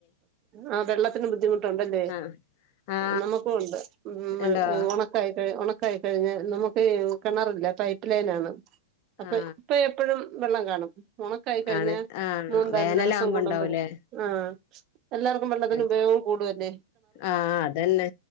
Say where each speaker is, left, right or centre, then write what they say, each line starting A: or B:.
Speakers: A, on the right; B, on the left.
A: ആ വെള്ളത്തിന് ബുദ്ധിമുട്ടുണ്ടല്ലേ
B: ആ ആ
A: നമുക്കും ഒണ്ട് മ്മ്
B: ഉണ്ടോ
A: ഒണക്കായികഴി ഒണക്ക് കയികഴിഞ്ഞാ നമുക്കി കെണറില്ല പൈപ്പ് ലൈനാണ് അപ്പോ
B: ആ
A: ഇപ്പോ എപ്പഴും വെള്ളം കാണും ഒണക്കായി കഴിഞ്ഞാ
B: ആണ് ആ
A: മൂന്നും നാല്
B: വേനലാകുമ്പോ
A: ദേവസം കൂടുമ്പഴാ
B: ഉണ്ടാവൂലേ
A: ആഹ്‌ എല്ലാർക്കും വെള്ളത്തിന് ഉപയോഗവും
B: ആ
A: കൂടും അല്ലേ
B: ആഹ് അതന്നെ